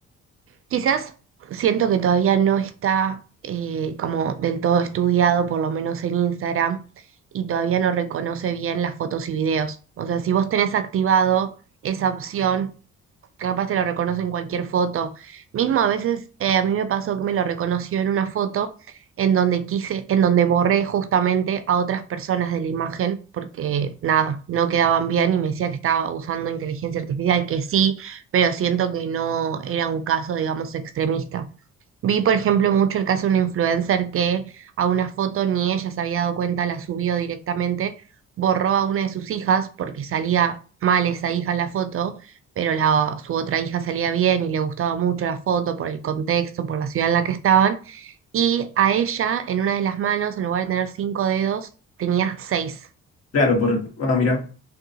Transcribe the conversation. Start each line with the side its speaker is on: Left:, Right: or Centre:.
Right: Quizás siento que todavía no está eh, como del todo estudiado, por lo menos en Instagram, y todavía no reconoce bien las fotos y videos. O sea, si vos tenés activado esa opción capaz te lo reconoce en cualquier foto. Mismo a veces eh, a mí me pasó que me lo reconoció en una foto en donde quise, en donde borré justamente a otras personas de la imagen porque nada, no quedaban bien y me decía que estaba usando inteligencia artificial, que sí, pero siento que no era un caso, digamos, extremista. Vi, por ejemplo, mucho el caso de una influencer que a una foto ni ella se había dado cuenta, la subió directamente, borró a una de sus hijas porque salía mal esa hija en la foto, pero la, su otra hija salía bien y le gustaba mucho la foto por el contexto, por la ciudad en la que estaban. Y a ella, en una de las manos, en lugar de tener cinco dedos, tenía seis.
Left: Claro, por... Ah, mira.